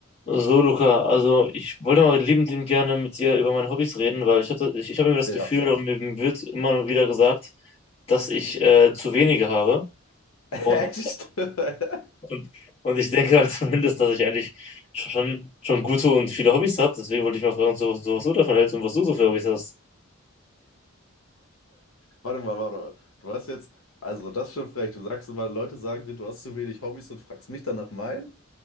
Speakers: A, on the left (about 30°); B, on the left (about 85°).
A: So, Luca, also ich wollte mal liebend gerne mit dir über meine Hobbys reden, weil ich hatte, ich, ich habe immer das
B: Ja.
A: Gefühl, und mir wird immer wieder gesagt, dass ich äh, zu wenige habe.
B: <laughs>
A: Und,
B: Echt? <laughs>
A: und, und ich denke halt <laughs> zumindest, dass ich eigentlich schon, schon gute und viele Hobbys habe. Deswegen wollte ich mal fragen, so, so, was du davon hältst und was du so für Hobbys hast.
B: Warte mal, warte mal. Du hast jetzt, also das ist schon frech. Du sagst immer, Leute sagen dir, du hast zu wenig Hobbys und fragst mich dann nach meinen?